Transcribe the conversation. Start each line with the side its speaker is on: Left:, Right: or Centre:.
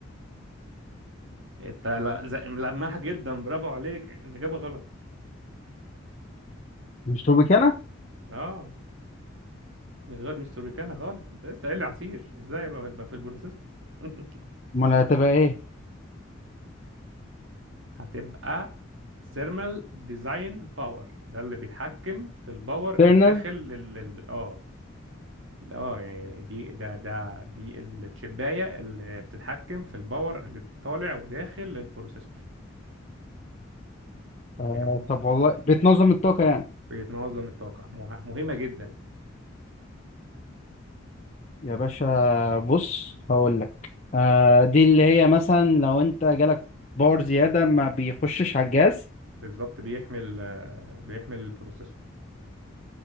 Right: انت لا- ز- ملمح جدا برافو عليك الاجابه غلط
Left: مش روبيكانا
Right: اه مش غلط مش توربيكانا خالص انت لسه قايل لي عصير ازاي بقى يبقى في البروسيسور <laughs>
Left: أمال هتبقى إيه؟
Right: هتبقى ثيرمال ديزاين باور ده اللي بيتحكم في الباور
Left: تيرنال
Right: اللي داخل لل... لل- اه ده- اه يعني دي ده ده دي التشبايه اللي بتتحكم في الباور اللي طالع وداخل للبروسيسور يعني
Left: آه
Right: آه.
Left: طب والله بتنظم الطاقة يعني
Right: بيتنظم الطاقه مه- مهمه جدا
Left: يا باشا بص هقول لك آه دي اللي هي مثلا لو انت جالك باور زيادة ما بيخشش على الجهاز
Right: بالظبط بيحمل آه، بيحمل البروسيسور